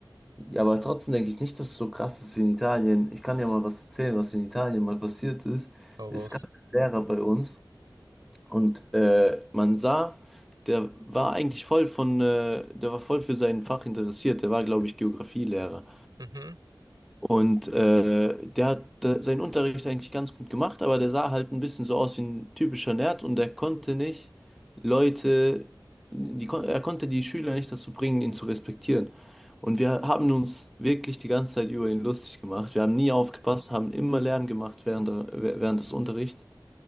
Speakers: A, in the centre; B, on the right.
A: Ja, aber trotzdem denke ich nicht, dass es so krass ist wie in Italien. Ich kann ja mal was erzählen, was in Italien mal passiert ist.
B: Hau
A: Es
B: raus.
A: gab einen Lehrer bei uns. Und äh, man sah, der war eigentlich voll von, äh, der war voll für sein Fach interessiert. Der war, glaube ich, Geografielehrer.
B: Mhm,
A: Und äh, der hat äh, seinen Unterricht eigentlich ganz gut gemacht, aber der sah halt ein bisschen so aus wie ein typischer Nerd und der konnte nicht Leute, die, kon- er konnte die Schüler nicht dazu bringen, ihn zu respektieren. Und wir haben uns wirklich die ganze Zeit über ihn lustig gemacht. Wir haben nie aufgepasst, haben immer Lärm gemacht während der, während des Unterrichts.